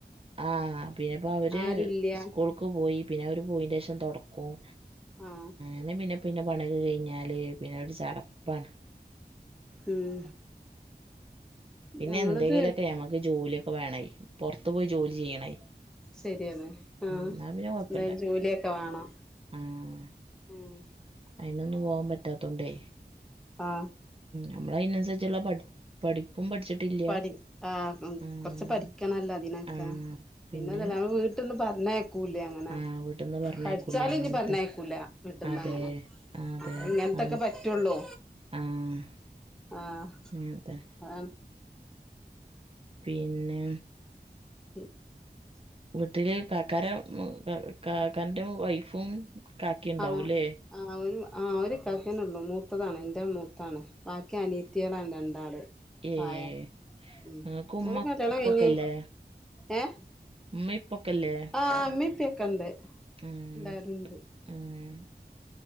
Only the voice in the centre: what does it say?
ആരുല്ല
ആഹ്
ഉം
ഞങ്ങളിത്
ശരിയാത് ഉം എന്തേലും
ജോലിയൊക്കെ വേണം.
ഉം
ആഹ്
പഠി ആഹ് ഉം
കൊറെച്ച് പഠിക്കെണല്ലോ അതിനെക്കെ.
പിന്നെതല്ല
അങ്ങ് വീട്ടി പറഞ്ഞാ കേക്കൂലേങ്ങനെ?
പഠിച്ചാലും.
ഇനി പറഞ്ഞേക്കൂല വിട്ടിന്ന്
അങ്ങനെ.
അപ്പ ഇങ്ങനത്തെക്കെ
പറ്റുള്ളൂ.
ആഹ്
ആം
<unintelligible>
ആഹ് ആഹ് ഒരു ആഹ് ഒരു ഇക്കാകാനേ ഉുള്ളൂ മൂത്തതാണ് എൻ്റെ മൂത്താണ് ബാക്കി അനീത്തിയളാണ് രണ്ടാള്
പായ ഉം
ഒരു കല്ല്യാണം
കഴിഞ്ഞ് ഏ-
ആഹ അമ്മപ്പൊക്കെ ഉണ്ട്
എല്ലരുംണ്ട്